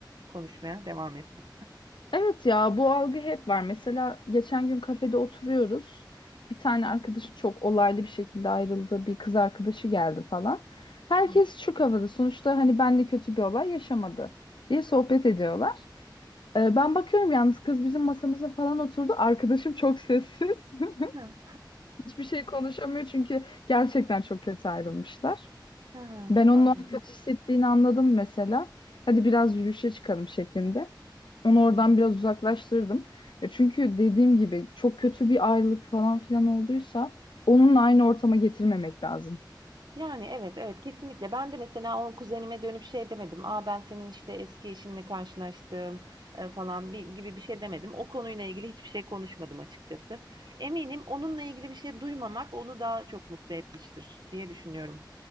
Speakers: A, on the right; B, on the left.
A: konuşmaya devam ettim.
B: Evet ya bu algı hep var. Mesela geçen gün kafede oturuyoruz. Bir tane arkadaşım çok olaylı bir şekilde ayrıldı. Bir kız arkadaşı geldi falan. Herkes
A: Hı.
B: şu kafada. Sonuçta hani benle kötü bir olay yaşamadı diye sohbet ediyorlar. Ee, ben bakıyorum yalnız kız bizim masamıza falan oturdu. Arkadaşım çok sessiz. <laughs>
A: Hı,
B: Hiçbir şey konuşamıyor çünkü gerçekten çok kötü ayrılmışlar.
A: hı,
B: Ben onun
A: ay,
B: onu kötü hissettiğini anladım mesela. Hadi biraz yürüyüşe çıkalım şeklinde. Onu
A: hı.
B: oradan biraz uzaklaştırdım. Ya çünkü dediğim gibi çok kötü bir ayrılık falan filan olduysa onunla aynı ortama getirmemek lazım.
A: Yani evet evet kesinlikle. Ben de mesela o kuzenime dönüp şey demedim. Aa ben senin işte eski eşinle karşılaştım e, falan bir, gibi bir şey demedim. O konuyla ilgili hiçbir şey konuşmadım açıkçası. Eminim onunla ilgili bir şey duymamak onu daha çok mutlu etmiştir diye düşünüyorum.